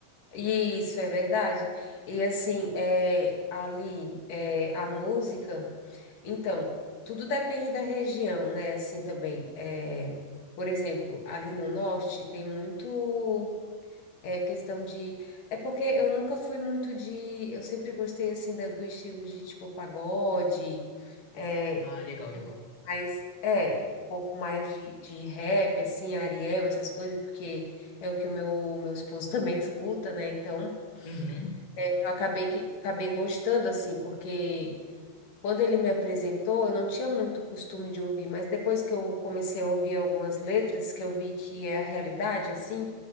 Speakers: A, on the left; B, on the left.
A: Isso é verdade. E assim, é, ali, é, a música. Então, tudo depende da região, né? Assim também. É, por exemplo, ali no norte tem muito é, questão de. É porque eu nunca fui muito de. Eu sempre gostei assim da- do estilo de tipo pagode, é,
B: Ah, legal,
A: um-
B: legal.
A: mas é um pouco mais de, de rap, assim, Ariel, essas coisas, porque é o que o meu, meu esposo <laughs> também escuta, né? Então.
B: Uhum.
A: É, eu acabei que acabei gostando assim, porque quando ele me apresentou, eu não tinha muito costume de ouvir, mas depois que eu comecei a ouvir algumas letras, que eu vi que é a realidade assim,